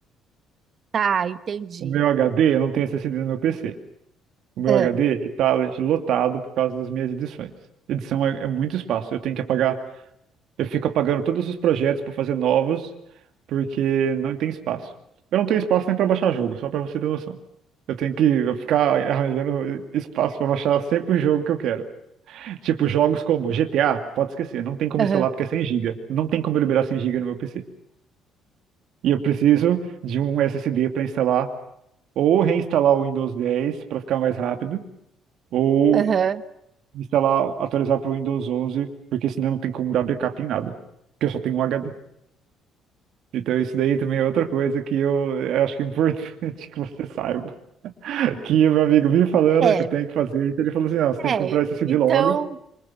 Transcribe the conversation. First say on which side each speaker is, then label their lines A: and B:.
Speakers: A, on the right; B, on the right.
A: tá, entendi.
B: O meu HD, eu não tenho SSD no meu PC. O meu
A: É,
B: HD está lotado por causa das minhas edições. Edição é, é muito espaço. Eu tenho que apagar, eu fico apagando todos os projetos para fazer novos, porque não tem espaço. Eu não tenho espaço nem para baixar jogo, só para você ter noção. Eu tenho que ficar arranjando espaço para baixar sempre o jogo que eu quero. Tipo, jogos como GTA, pode esquecer, não tem como
A: aham,
B: instalar porque é 100 GB. Não tem como eu liberar 100 GB no meu PC. E eu preciso de um SSD para instalar ou reinstalar o Windows 10 para ficar mais rápido, ou
A: aham.
B: instalar, atualizar para o Windows 11, porque senão não tem como dar backup em nada, porque eu só tenho um HD. Então isso daí também é outra coisa que eu, eu acho que é importante <laughs> que você saiba. Que o meu amigo me falando
A: É,
B: que eu tenho que fazer isso, ele falou assim, não, você tem
A: é.
B: que comprar SSD
A: Então,
B: logo.